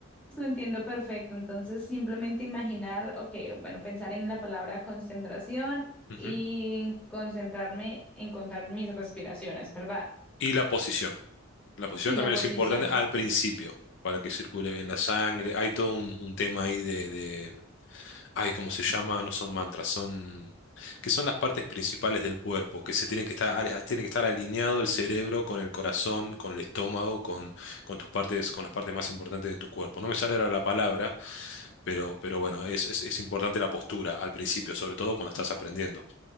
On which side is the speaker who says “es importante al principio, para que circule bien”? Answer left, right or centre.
Left